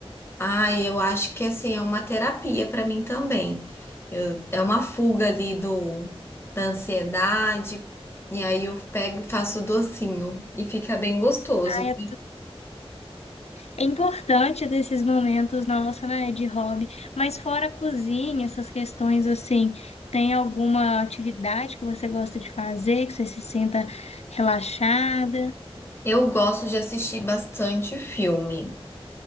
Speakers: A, on the left; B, on the left.
A: Ai, eu acho que assim é uma terapia para mim também. Eu- é uma fuga ali do da ansiedade, e aí eu pego e faço o docinho e fica bem gostoso.
B: ah, é É importante ter esses momentos, nossa, né, de hobby, mas fora a cozinha, essas questões assim, tem alguma atividade que você gosta de fazer, que você se sinta relaxada?
A: Eu gosto de assistir bastante filme.